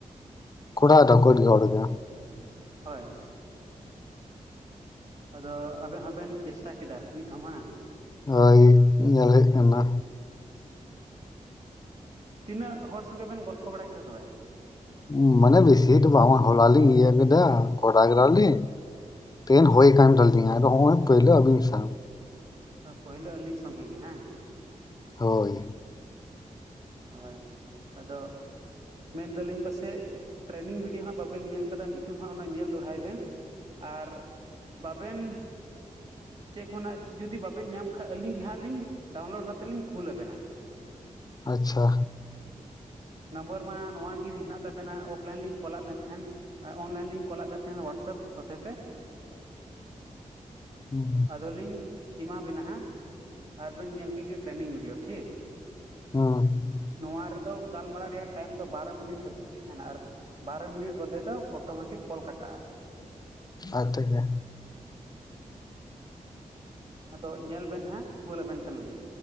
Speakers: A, on the left (about 30°); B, on the right (about 55°).
A: ᱠᱚᱲᱟ ᱫᱚ ᱠᱩᱲᱤ ᱦᱚᱲ ᱜᱮ᱾
B: ᱦᱚᱭ᱾ ᱟᱫᱚ ᱟᱵᱮᱱ ᱦᱚᱸ ᱵᱮᱱ ᱪᱮᱥᱴᱟ ᱠᱮᱫᱟ ᱢᱤᱫ ᱫᱷᱟᱣ ᱢᱟᱝ?
A: ᱦᱚᱭ ᱧᱮᱞ ᱦᱩᱭᱩᱜ ᱠᱟᱱᱟ᱾
B: ᱛᱤᱱᱟᱹᱜ ᱦᱚᱲ ᱥᱚᱸᱜᱮ ᱵᱮᱱ ᱜᱚᱞᱯᱷᱚ ᱵᱟᱲᱟ ᱠᱮᱫᱟ ᱛᱚᱵᱮ?
A: ᱩᱸ ᱢᱟᱱᱮ ᱵᱮᱥᱤ ᱫᱚ ᱵᱟᱝ ᱦᱚᱸᱜᱼᱚᱭ ᱦᱚᱞᱟ ᱞᱤᱧ ᱤᱭᱟᱹ ᱠᱮᱫᱟ ᱠᱚᱨᱟᱣ ᱠᱮᱫᱟ ᱞᱤᱧᱼᱼ ᱛᱤᱦᱤᱱ ᱦᱳᱭ ᱠᱟᱱ ᱛᱟᱹᱞᱤᱧᱟ ᱟᱫᱚ ᱦᱚᱸᱜᱼᱚᱭ ᱯᱟᱹᱭᱞᱟᱹ ᱟᱵᱤᱱ ᱥᱟᱶ᱾
B: ᱯᱳᱭᱞᱳ ᱟᱹᱞᱤᱧ ᱥᱚᱸᱜᱮ ᱜᱮ ᱦᱟᱝ᱾
A: ᱦᱳᱭ᱾
B: ᱦᱚᱭ ᱟᱫᱚ᱾ ᱢᱮᱱ ᱫᱟᱹᱞᱤᱧ ᱯᱟᱥᱮᱡ ᱴᱨᱮᱱᱤᱝ ᱵᱤᱰᱭᱳ ᱦᱟᱸᱜ ᱵᱟᱵᱮᱱ ᱧᱮᱞ ᱠᱟᱫᱟ ᱢᱤᱫ ᱫᱚᱢ ᱦᱟᱸᱜ ᱚᱱᱟ ᱧᱮᱞ ᱫᱚᱲᱦᱟᱭ ᱵᱮᱱ᱾ ᱟᱨ ᱵᱟᱵᱮᱱᱼᱼ ᱪᱮᱜ ᱠᱷᱚᱱᱟᱜ ᱡᱩᱫᱤ ᱵᱟᱵᱤᱱ ᱧᱟᱢ ᱠᱷᱟᱡ ᱟᱹᱞᱤᱧ. ᱜᱮ ᱦᱟᱸᱜ ᱞᱤᱧ ᱰᱟᱣᱩᱱᱞᱳᱰ ᱠᱟᱛᱮᱜ ᱞᱤᱧ ᱠᱩᱞ ᱟᱵᱮᱱᱟ᱾
A: ᱟᱪᱪᱷᱟ᱾
B: ᱱᱚᱢᱵᱚᱨ ᱢᱟ ᱱᱚᱶᱟ ᱜᱤ ᱦᱮᱱᱟᱜ ᱛᱟᱵᱮᱱᱟ ᱚᱯᱷᱞᱟᱭᱤᱱ ᱞᱤᱧ ᱠᱚᱞᱟᱜ ᱵᱮᱱ ᱛᱟᱦᱮᱸᱱ᱾ ᱮᱸ ᱚᱱᱞᱟᱭᱤᱱ ᱞᱤᱧ ᱠᱚᱞᱟᱜ ᱵᱮᱱ ᱛᱟᱦᱮᱱ ᱚᱣᱟᱴᱥᱚᱯ ᱦᱚᱛᱮ ᱛᱮ᱾
A: ᱦᱩᱸ
B: ᱟᱫᱚ ᱞᱤᱧᱼᱼ ᱤᱢᱟ ᱵᱤᱱᱟ ᱦᱟᱸᱜ ᱟᱨ ᱵᱤᱱ ᱧᱮᱞ ᱠᱮᱜ ᱜᱤ ᱴᱨᱮᱱᱤᱝ ᱵᱷᱤᱰᱤᱭᱳ ᱴᱷᱤᱠ᱾
A: ᱦᱚᱸ᱾
B: ᱱᱚᱣᱟ ᱨᱮᱫᱚ ᱜᱟᱞᱢᱟᱨᱟᱣ ᱨᱮᱭᱟᱜ ᱴᱟᱭᱤᱢ ᱫᱚ ᱵᱟᱨᱚ ᱢᱤᱱᱤᱴ ᱦᱟᱹᱵᱤᱡ ᱜᱮ ᱛᱟᱦᱮᱱᱟ ᱟᱨᱼᱼ ᱵᱟᱨᱚ ᱢᱤᱱᱤᱴ ᱵᱟᱫᱮ ᱫᱚ ᱚᱴᱚᱢᱮᱴᱤᱠ ᱠᱚᱞ ᱠᱟᱴᱟᱜ-ᱟ᱾
A: ᱟᱡ ᱛᱮᱜᱮ᱾
B: ᱟᱫᱚ ᱧᱮᱞ ᱵᱮᱱ ᱦᱟᱸᱜ ᱠᱩᱞ ᱟᱵᱮᱱ ᱠᱟᱱᱟ ᱞᱤᱧ᱾